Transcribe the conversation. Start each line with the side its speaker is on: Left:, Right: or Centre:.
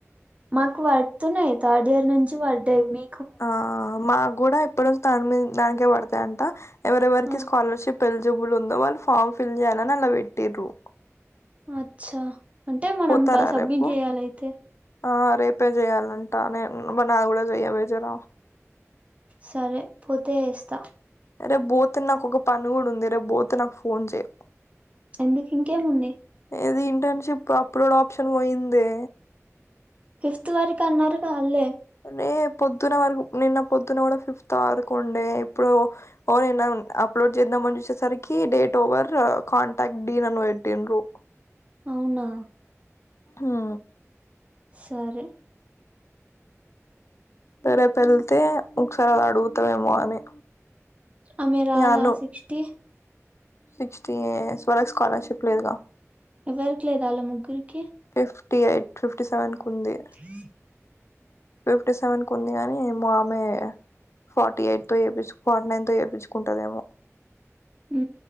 Right: మాకు పడుతున్నాయ్ థర్డ్ ఇయర్ నుంచి పడ్డాయి మీ
Left: ఆ మాకు కూడా ఎప్పుడు తన్మీ దానికే పడతాయంట ఎవరెవరికి
Right: ఆ!
Left: స్కాలర్షిప్ ఎలిజిబుల్ ఉందో వాళ్ళు ఫామ్ ఫిల్ చేయాలని అలా పెట్టిరు
Right: అచ్చా అంటే మనం
Left: పోతారా
Right: ప సబ్మిట్
Left: రేపు
Right: జేయాలయితే.
Left: ఆ రేపే జేయ్యాలంట నేను నా కూడా జేయ్యవేజన
Right: సరే పోతే ఎస్తా
Left: రేపు బోతే నాకు ఒక పని కూడా ఉంది రేపు బోతే నాకు ఫోన్ చెయ్
Right: ఎందుకు ఇంకేంముంది
Left: ఏది ఇంటర్న్షిప్ అప్లోడ్ ఆప్షన్ పోయిందే
Right: ఫిఫ్త్ వరకు అన్నారుగ ఆల్లే
Left: రే పొద్దున్న వరకు నిన్న పొద్దున్న కూడా ఫిఫ్త్ వరకు ఉండే ఇప్పుడు ఓ నేనా అప్లోడ్ చేద్దామ అని వచ్చేసరికి డేట్ ఒవర్ కాంటాక్ట్ డీన్ అని పెట్టిన్రు
Right: అవునా
Left: ఆ
Right: సరే
Left: రేపు ఎళ్తే ఒకసారి అది అడుగుతావేమో అని
Right: అమె రాద
Left: ఇగ అను
Right: సిక్స్టీ
Left: సిక్స్టీ స్వరస్ స్కాలర్షిప్ లేదుగా
Right: ఎవ్వరికి లేద ఆళ్ళ ముగ్గురికి
Left: ఫిఫ్టీ ఎయిట్ ఫిఫ్టీ సెవెన్ కు ఉంది.
Right: రీ
Left: ఫిఫ్టీ సెవెన్ కు ఉంది గానిమో ఆమె. ఫార్టీ ఎయిట్ త ఏపించు ఫతో ఏపించుకుంటుదేమ
Right: ఉ.